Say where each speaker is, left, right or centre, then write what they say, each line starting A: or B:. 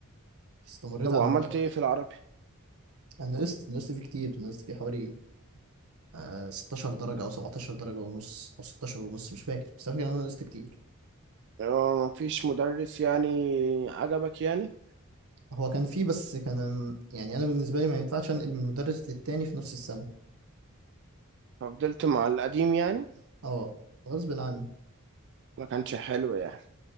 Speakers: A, on the right; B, on the right.
A: استمريت
B: طب
A: على
B: وعملت
A: مدرس
B: ايه في العربي
A: انا نقصت نقصت فيه كتير نقصت فيه حوالي آه 16 درجه او 17 درجه ونص او 16 ونص مش فاكر بس فاكر ان انا نقصت كتير
B: اه، ما فيش مدرس يعني عجبك يعني
A: هو كان فيه بس كان يعني انا بالنسبه لي ما ينفعش انقل من مدرس للتاني في نفس السنه
B: ففضلت مع القديم يعني
A: اه غصب عني
B: ما كانش حلو يعني